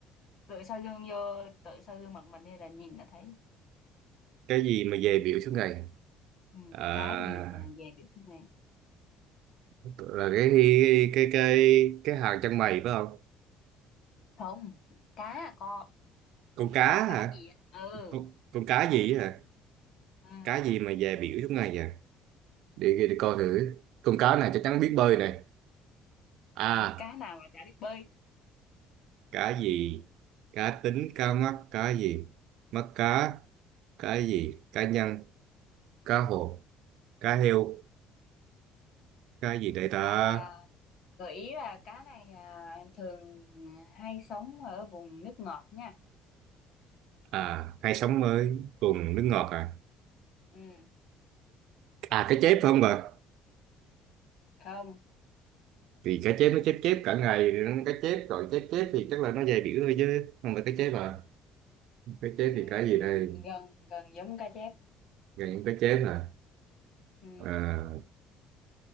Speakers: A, on the left; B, on the right.
A: Tự soi gương vô, tự soi gương mặt mình hay là nhìn là thấy.
B: cái gì mà về biểu suốt ngày
A: Ừ.
B: à,
A: Cái gì mà về biểu suốt ngày?
B: là cái cái cái cái cái hàng chân mày phải không
A: Không, cá con
B: con cá
A: con
B: hả
A: cá gì? ạ? Ừ.
B: con con cá gì á hả
A: Ừ.
B: cá gì mà về biểu suốt ngày vậy để, để coi thử con cá này chắc chắn biết bơi này à
A: Cá nào mà chả biết bơi?
B: cá gì cá tính cá mắc cá gì mắc cá cá gì cá nhân cá hồ cá heo cá gì đây
A: À,
B: ta
A: gợi ý là cá này à, thường hay sống ở vùng nước ngọt nha
B: à hay sống mới vùng nước ngọt à
A: ừ
B: à cá chép phải không bà
A: không
B: thì cá chép nó chép chép cả ngày rồi nó cá chép rồi chép chép thì chắc là nó dày biểu thôi chứ không phải cá chép à cá chép
A: ừ,
B: thì cá gì đây
A: gần gần giống cá chép
B: gần những cá chép à,
A: ừ
B: à